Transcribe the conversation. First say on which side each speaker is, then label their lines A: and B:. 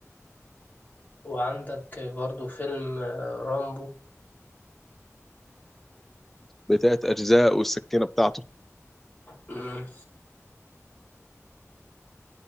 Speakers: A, on the left; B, in the centre.
A: وعندك آه، برضه فيلم آه، رامبو
B: بتلات اجزاء والسكينه بتاعته
A: مم.